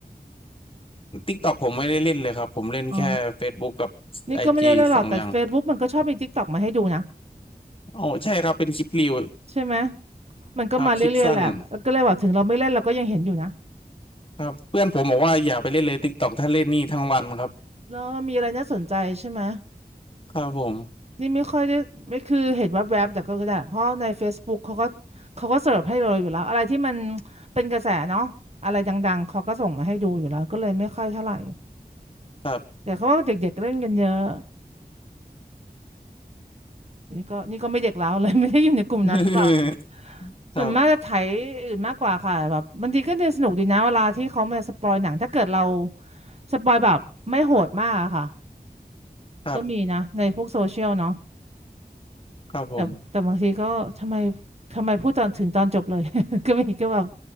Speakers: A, on the left (about 35°); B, on the right (about 40°).
A: ติ๊กตอกผมไม่ได้เล่นเลยครับผมเล่นแค่
B: อ๋อ
A: Facebook กับไอจีสองอย่าง
B: นี่ก็ไม่ได้เลยหรอกแต่ Facebook มันก็ชอบมี TikTok มาให้ดูนะ
A: โอ้ใช่ครับเป็นคลิปรีว
B: ใช่ไหมมันก็มาเรื่อยๆแหละก็เลยบอกถึงเราไม่เล่นเราก็ยังเห็นอยู่นะ
A: ครับคลิปสั้นครับเพื่อนผมบอกว่าอย่าไปเล่นเลยติ๊กตอกถ้าเล่นนี่ทั้งวันครับ
B: แล้วมันมีอะไรน่าสนใจใช่ไหม
A: ครับผม
B: นี่ไม่ค่อยได้ไม่คือเห็นแวบๆแต่ก็ได้เพราะใน Facebook เขาก็เขาก็เสิร์ฟให้เราอยู่แล้วอะไรที่มันเป็นกระแสเนาะอะไรดังๆเขาก็ส่งมาให้ดูอยู่แล้วก็เลยไม่ค่อยเท่าไหร่
A: ครับ
B: แต่เขาว่าเด็กๆเล่นกันเยอะนี่ก็นี่ก็ไม่เด็กแล้วเลย <laughs> ไม่ได้อยู่ในกลุ่มนั้นหรือเปล่า
A: <laughs> ครับ
B: ส่วนมากจะไถอื่นมากกว่าค่ะแบบบางทีก็เนี่ยสนุกดีนะเวลาที่เขามาสปอยหนังถ้าเกิดเราสปอยแบบไม่โหดมากอะค่ะ
A: ครับ
B: ก็มีนะในพวกโซเชียลเนาะ
A: ครับผม
B: แต่แต่บางทีก็ทำไมทำไมพูดตอนถึงตอนจบเลย <laughs> ก็มีก็แบบ